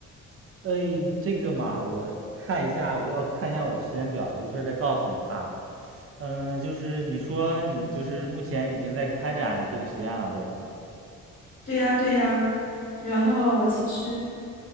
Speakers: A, on the right; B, on the left.
A: 哎，这个嘛，我看一下，我要看一下我的时间表，一会儿再告诉你啊。嗯，就是你说你就是目前已经在开展这个实验了，对吧？
B: 对呀，对呀。然后我其实